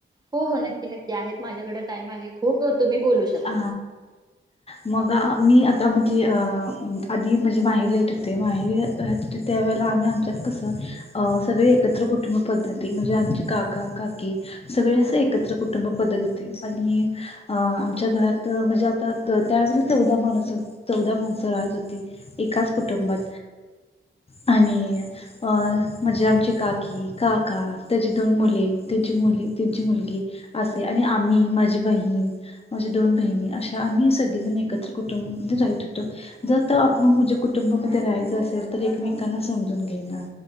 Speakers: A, on the right; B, on the left.
A: हो हो नक्की नक्की, आहेत माझ्याकडे टाइम आहे खूप तुम्ही बोलू शक
B: आ -मग मी आता जे अ आधी म्हणजे माहेर येत होते. माहेरी राहत होते त्यावेेळेला आम्ही आमच्यात कसं अ- सगळे एकत्र कुटुंब पद्धती म्हणजे आमचे काका, काकी सगळे असं एकत्र कुटुंब पद् वाटत होते आणि आ आच्या घरात म्हणजे आता त्या चौदा माण चौदा माणसं राहत होती. एकाच कुट टुंबात. आणि अ-म्हणजे आमची काकी, काका त्याची दोन मुले मुली तुची मुलगी असे आणि आम्ही माझी बहीण माझ्या दोन बहिणी अशा आम्ही सगळी जण एकत्र कुटुंबामध्ये रहित होतो. जर तवा आपण कुटु कुटुंबा मध्ये रहायचं असेल तर एकमेकांना समजून घेणं,